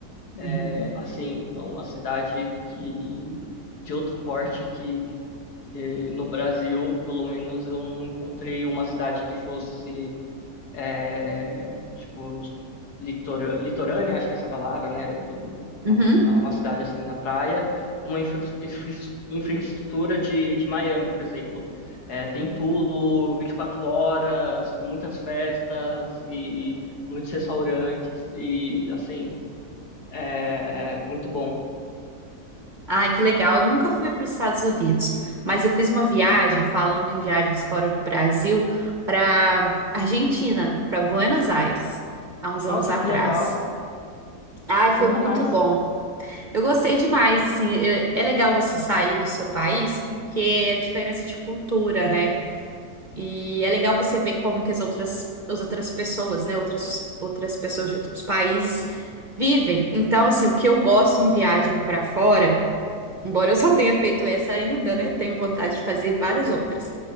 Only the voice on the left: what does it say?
É, assim, é uma cidade que de outro porte que E no Brasil, pelo menos, eu não encontrei uma cidade que fosse, é, tipo, litora, litorânea, acho que é essa palavra, né? do- Uma,
uma cidade assim na praia, com uma infra- infra- infraestrutura de, de Miami, por exemplo. É, tem tudo, 24 horas, muitas festas e muitos restaurantes, e assim, é, é muito bom.
Nossa,
que legal!
Me conta
mais.